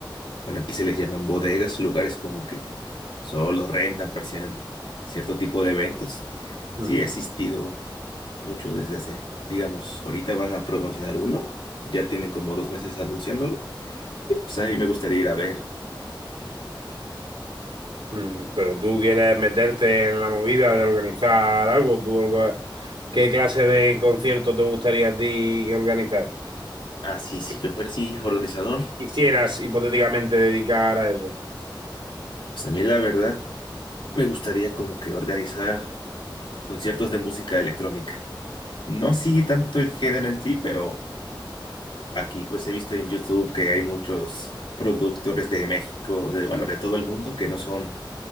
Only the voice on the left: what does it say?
bueno, aquí se les llaman bodegas, lugares como que solo rentan para cien- cierto tipo de eventos.
Sí, he asistido mucho desde hace, digamos, ahorita van a promocionar uno, ya tienen como dos meses anunciándolo, y pues ahí me gustaría ir a ver.
Así, si
yo fuera, sí, organizador.
Pues a mí la verdad Me gustaría como que organizar conciertos de música electrónica. No sigue tanto el género en sí, pero aquí pues he visto en YouTube que hay muchos productores de México, de bueno, de todo el mundo que no son